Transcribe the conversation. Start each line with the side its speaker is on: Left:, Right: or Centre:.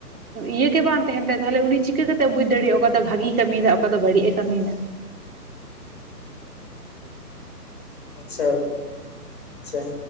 Right: ᱤᱭᱟᱹ ᱜᱮ ᱵᱟᱝ ᱛᱟᱦᱮᱱ ᱛᱟᱭᱟ ᱛᱟᱦᱞᱮ ᱩᱱᱤ ᱪᱤᱠᱟᱹ ᱠᱟᱛᱮ ᱪᱤᱠᱟ. ᱠᱟᱛᱮ-ᱮ ᱵᱩᱡ ᱫᱟᱲᱤᱭᱟᱜ-ᱟ ᱚᱠᱟ ᱫᱚ ᱵᱷᱟᱜᱤᱭ ᱠᱟᱹᱢᱤᱭ ᱫᱟ ᱚᱠᱟ ᱫᱚ ᱵᱟᱹᱲᱤᱡ ᱮ ᱠᱟᱹᱢᱤᱭ ᱫᱟ᱾
Left: ᱟᱪᱪᱷᱟ ᱟᱪᱪᱷᱟ ᱾